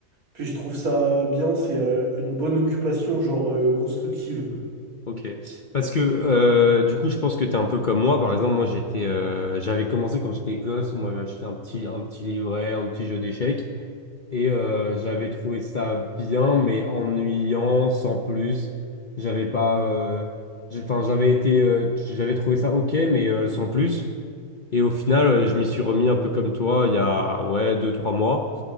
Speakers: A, on the right; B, on the left.
A: puis je trouve ça bien, c'est euh, une bonne occupation, genre euh, constructive.
B: Ok. Parce que, euh, du coup, je pense que tu es un peu comme moi. Par exemple, moi, j'étais, euh, j'avais commencé quand j'étais gosse. On m'avait acheté un petit, un petit livret, un petit jeu d'échecs. Et euh, j'avais trouvé ça bien, mais ennuyant, sans plus. J'avais pas... euh, j'ai- Enfin, j'avais été... euh, j'avais trouvé ça OK, mais euh, sans plus. Et au final, euh, je m'y suis remis un peu comme toi il y a ouais, deux, trois mois.